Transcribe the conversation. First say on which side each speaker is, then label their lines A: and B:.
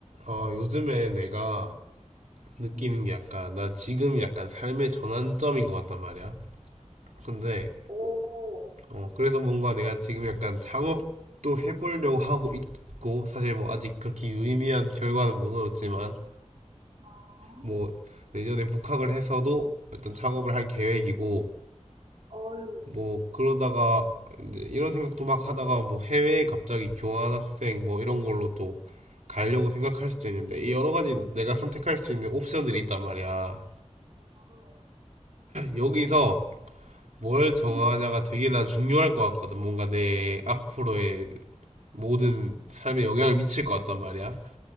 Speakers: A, on the right; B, on the right.
A: 어, 요즘에 내가 느끼는
B: 음.
A: 게 약간, 나 지금 약간 삶의 전환점인 것 같단 말이야. 근데,
B: 오.
A: 어, 그래서 뭔가 내가 지금 약간 창업도 해보려고 하고 있고, 사실 뭐 아직 그렇게 유의미한 결과는 못 얻었지만,
B: 아.
A: 뭐, 내년에 복학을 해서도 일단 창업을 할 계획이고,
B: 어유.
A: 뭐, 그러다가, 이제 이런 생각도 막 하다가 뭐 해외에 갑자기 교환학생 뭐 이런 걸로 또 가려고 생각할 수도 있는데, 이 여러 가지 내가 선택할 수 있는 옵션들이 있단 말이야.
B: 어.
A: 여기서 뭘 정하냐가
B: 응.
A: 되게 난 중요할 것 같거든. 뭔가 내 앞으로의 모든 삶에 영향을 미칠 것 같단 말이야.